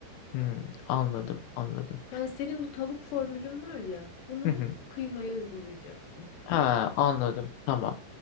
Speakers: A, on the left (about 85°); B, on the left (about 65°).
A: Hmm, anladım, anladım.
B: Yani senin bu tavuk formülün var ya bunu
A: Hı hı.
B: kıymaya uygulayacaksın.
A: Ha, anladım. Tamam.